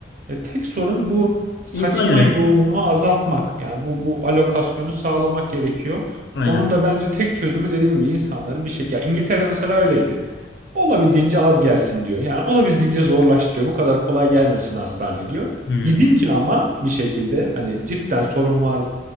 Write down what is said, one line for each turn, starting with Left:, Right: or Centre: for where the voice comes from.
Right: E, tek sorun bu saçma
Left: İnsan yönetimi.
Right: yoğunluğu azaltmak. Yani bu bu alokasyonu sağlamak gerekiyor.
Left: Aynen.
Right: Onun da bence tek çözümü dediğim gibi insanları bir şey... Ya İngiltere'de mesela öyleydi. Olabildiğince az gelsin diyor. Yani olabildiğince zorlaştırıyor. Bu kadar kolay gelmesin hastaneye diyor.
Left: Hmm.
Right: Gidince ama bir şekilde hani cidden sorun vardı